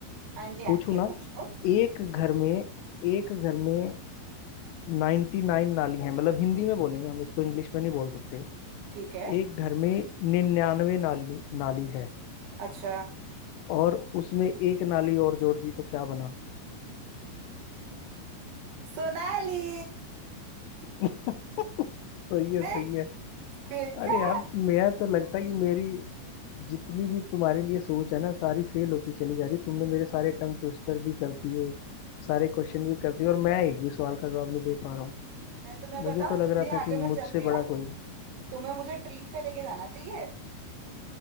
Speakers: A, on the right; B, on the left.
A: हाँ जी हाँ
B: पूछू
A: जी
B: ना
A: पूछो
B: एक घर में एक घर में नाइन्टी नाइन नाली है मतलब हिंदी में बोलेंगे हम इसको इंग्लिश में नहीं बोल सकते
A: ठीक है
B: एक घर में निन्यानवे नाली नाली है
A: अच्छा
B: और उसमें एक नाली और जोड़ दी तो क्या बना
A: सोनाली
B: <laughs> सही है
A: देख
B: सही है
A: देखा
B: अरे यार मैं तो लगता है कि मेरी जितनी भी तुम्हारे लिए सोच है ना सारी फेल होती चली जा रही तुमने मेरे सारे टंग ट्विस्टर भी कर दिए सारे क्वेश्चन भी कर दिए और मैं एक भी सवाल का जवाब नहीं दे पा रहा हूँ
A: मैं तुम्हें बताऊं
B: मुझे तो
A: जितनी
B: लग रहा था
A: आगे
B: कि
A: मैं
B: मुझसे
A: चल रही हूँ
B: बड़ा कोई नहीं।
A: तुम्हें मुझे ट्रीट पे लेके जाना चाहिए